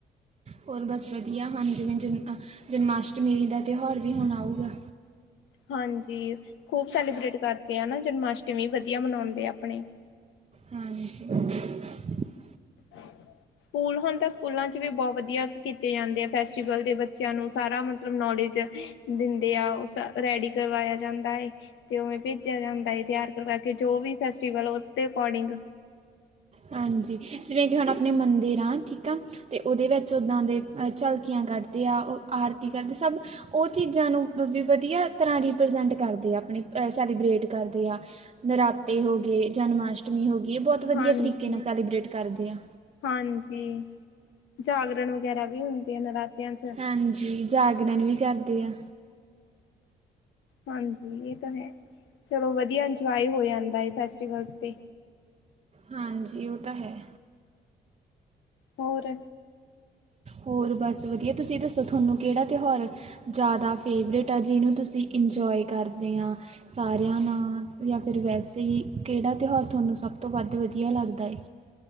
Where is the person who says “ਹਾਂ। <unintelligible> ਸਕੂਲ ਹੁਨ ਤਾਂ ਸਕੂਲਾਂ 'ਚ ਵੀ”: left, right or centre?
Left